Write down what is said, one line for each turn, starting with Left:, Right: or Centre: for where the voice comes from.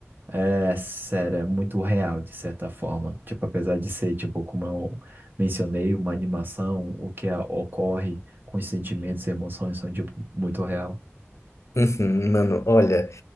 Right: É, sério, é muito real, de certa forma. Tipo, apesar de ser, tipo, como eu mencionei, uma animação, o que a- ocorre com os sentimentos e emoções são, tipo, muito real.
Left: uhum, mano, olha,